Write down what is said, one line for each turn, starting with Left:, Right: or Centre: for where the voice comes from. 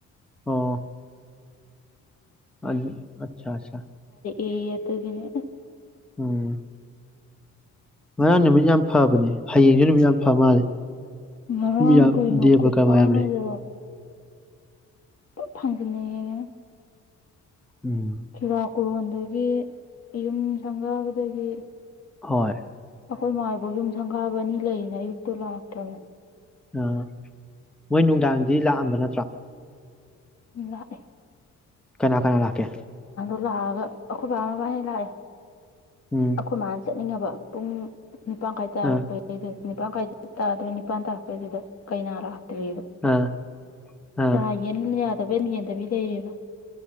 Centre: ꯑꯣ ꯑ ꯑꯆꯥ ꯑꯆꯥ
Left: ꯑꯦ ꯑꯗꯨ ꯀꯅꯦ
Centre: ꯎꯝ ꯉꯔꯥꯡ ꯅꯨꯃꯤꯠ ꯌꯥꯝ ꯐꯕꯅꯦ ꯍꯌꯦꯡꯁꯨ ꯅꯨꯃꯤꯠ ꯌꯥꯝ ꯐ ꯃꯥꯜꯂꯦ
Left: ꯉꯔꯥꯡ
Centre: ꯃꯤ ꯌꯥꯝ
Left: ꯀꯩꯅꯣ
Centre: ꯗꯦꯕ
Left: ꯈꯨꯐꯥꯡꯅꯗꯣ
Centre: ꯀꯔꯃ ꯌꯥꯝ ꯂꯩ
Left: ꯐꯪꯒꯅ ꯍꯥꯏ
Centre: ꯎꯝ
Left: ꯍ ꯀꯣꯔꯣꯟꯗꯒꯤ ꯌꯨꯝ ꯁꯪꯒꯥꯕꯗꯒꯤ
Centre: ꯍꯣꯏ
Left: ꯑꯩꯈꯣꯏ ꯃꯣꯏꯕ ꯌꯨꯝ ꯁꯪꯒꯥꯕ ꯑꯅꯤ ꯂꯩꯌꯦꯅ ꯑꯌꯨꯛꯇꯨ ꯂꯥꯛꯇ꯭ꯔꯕꯦ
Centre: ꯑꯥ ꯃꯣꯏ ꯅꯨꯡꯗꯥꯡꯗꯤ ꯂꯥꯛꯑꯝꯕ ꯅꯠꯇ꯭ꯔꯥ
Left: ꯏ
Centre: ꯀꯅꯥ ꯀꯅꯥ ꯂꯥꯛꯀꯦ
Left: ꯂꯥꯛꯑꯒ ꯑꯩꯈꯣꯏ ꯕꯥ ꯃꯕꯥꯅ ꯂꯥꯛꯑꯦ
Centre: ꯎꯝ
Left: ꯑꯈꯣ ꯃꯥ ꯆꯠ ꯆꯠꯅꯤꯡꯉꯕ ꯄꯨꯡ ꯅꯤꯄꯥꯟ ꯀꯥꯏ ꯇꯥꯔꯛꯄ
Centre: ꯑꯥ
Left: ꯑꯩꯗꯤ ꯅꯤꯄꯥꯟ ꯃꯈꯥꯏꯗ ꯇꯥꯗꯣꯏ ꯅꯤꯄꯥꯟ ꯇꯥꯔꯛꯄꯩꯗꯨꯗ ꯀꯩ ꯔ ꯕ
Centre: ꯑꯥ ꯑꯥ
Left: ꯆꯅꯤ ꯇꯕ ꯃꯤꯦꯟꯗꯕꯤ ꯂꯩꯌꯦꯕ